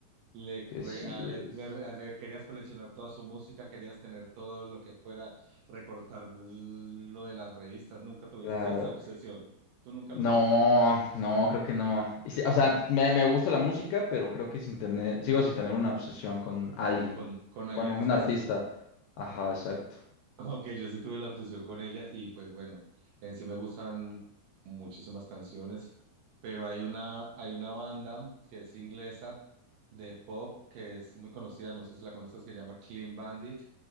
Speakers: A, on the right (about 70°); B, on the left (about 80°).
A: le,
B: Que
A: cre-
B: sí
A: a- le-
B: es.
A: le- a- le querías coleccionar toda su música, querías tener todo lo que fuera, recortar lo de las revistas? ¿Nunca tuviste
B: Claro.
A: esa obsesión? ¿Tú nunca
B: No,
A: lo tuviste
B: no, creo que no. Y sí,
A: Ah,
B: O sea, me, me gusta la música, pero creo que sin tener, sigo sin tener una obsesión con alguien.
A: con, con alguien
B: Bueno,
A: en
B: un
A: específico?
B: artista. Ajá, exacto.
A: Ok, yo sí tuve la obsesión con ella y pues bueno, en sí me gustan muchísimas canciones, pero hay una, hay una banda que es inglesa de pop que es muy conocida, no sé si la conoces, que se llama Clean Bandit.